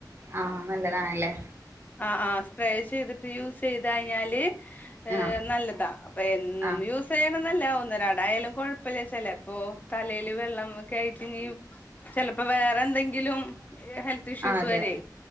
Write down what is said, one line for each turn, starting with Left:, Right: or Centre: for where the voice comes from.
Right: ആഹ് നല്ലതാണല്ലേ.
Left: ആഹ് ആഹ് സ്പ്രേ ചെയ്തിട്ട് യൂസ് ചെയ്ത് കഴിഞ്ഞാല് ഏഹ്
Right: ആഹ്
Left: നല്ലതാ പെന്നും
Right: ആ
Left: യൂസയ്യണെന്നല്ല ഒന്നരാട എന്തായാലും കൊഴപ്പല്ല ചെലേപ്പൊ തലേല് വെള്ളംക്കെയിട്ട്നിയും ചെലപ്പം വേറെ എന്തെങ്കിലും ഹെൽത്ത് ഇഷ്യൂസ്
Right: ആ അതെ
Left: വരെ.